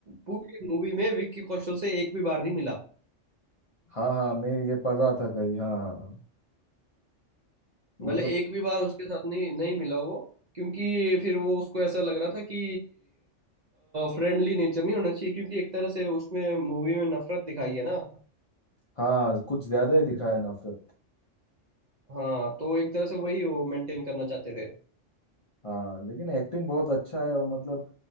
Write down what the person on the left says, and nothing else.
हाँ हाँ मैं ये पढ़ रहा था कहीं हाँ हाँ हाँ। मतलब
हाँ कुछ ज्यादा ही दिखाया है नफरत
हाँ लेकिन एक्टिंग बहुत अच्छा है और मतलब